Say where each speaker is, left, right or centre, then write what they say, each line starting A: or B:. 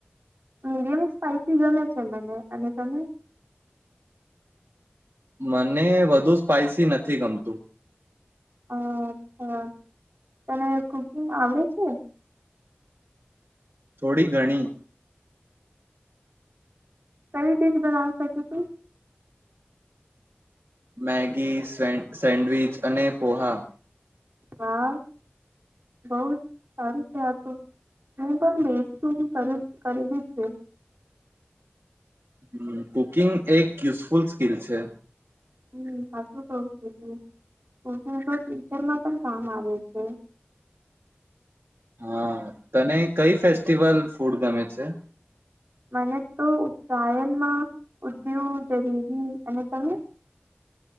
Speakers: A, on the right; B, on the right.
A: મીડિયમ સ્પાઈસી ગમે છે મને અને તમને?
B: મને વધુ સ્પાઈસી નથી ગમતું.
A: અચ્છા તને કુકિંગ આવડે છે.
B: થોડી ઘણી.
A: કઈ ડિશ બનાવી શકે તુ
B: મેગી, સેન્ડવિચ, અને પોહા
A: હા બહુ સારું છે આતો હું પણ બેજી બધું કરેલી છે.
B: હ કુકિંગ એક યુઝફુલ સ્કિલ છે.
A: હમ સાચું કવું છુ કુકિંગ તો ટીચરમાં પણ કામ આવે છે.
B: હા તને કઈ ફેસ્ટિવલ ફૂડ ગમે છે?
A: મને તો ઉતત્રાયણમાં ઉદ્યયુ જલેબી અને તને